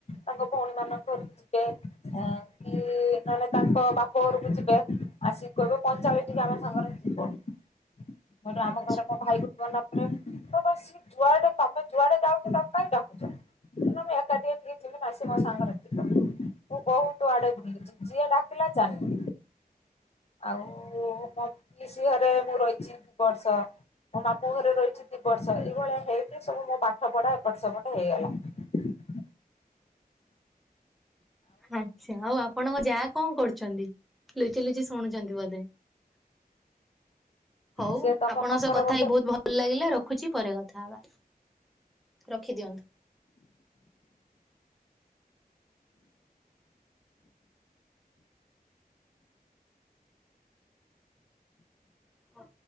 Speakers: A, on the left; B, in the centre.
A: ତାଙ୍କ ଭଉଣୀ ମାନଙ୍କ ଘରକୁ ଯିବେ କି ନହେଲେ ତାଙ୍କ ବାପ ଘରକୁ ଯିବେ ଆସ କହିବ ପଇଁଚାଳିଶ ଟ ଆମ ସାଙ୍ଗରେ ଆମ
B: ଆଚ୍ଛା
A: ଘର ମୋ ଭାଇ ଗୋରେ ମନା କରେ ତ ସ ଯୁଆଡେ ତମେ ଯୁଆଡେ ଯାଉଛ ତମ କାଇଁ ଡାକୁଛ ନାଁ ଏକାଠିଟ ଘି ନା ଅ ସେ ମ ସଙ୍ଗନା ମୁଁ ବହୁତ ଆଡେ ବୁଲିଛି ଯିଏ ଡାକିଲ ଚାଲିଲି। ଆଉ ମୋ ପିସିଗରେ ମୁଁ ରହିଛି ଦି ବର୍ଷ। ମୋ ମାମୁଁ ଘରେ ରହିଛି ଦୁ ବର୍ଷ ଏଇଭଳିଆ ହେଇକି ସବୁ ମୋ ପାଠ ପଢା ଏପଟ ସେପଟେ ହେଇଗଲା। ହ
B: ଆଚ୍ଛା ଆଉ ଆପଣଙ୍କ ଯାହା କଣ କରୁଛନ୍ତି ଲୁଚି ଲୁଚି ଶୁଣୁଛନ୍ତି ବୋଧେ। ହଉ
A: ସିଏ ତମ
B: ଆପଣଙ୍କ
A: ପାଖର
B: ସହ କଥା
A: ବୋଧେ
B: ହେଇ ବହୁତ ଭଲ ଲାଗିଲା ରଖୁଛି ପରେ କଥା ହେବା। ରଖି ଦିଅନ୍ତୁ। ହଁ।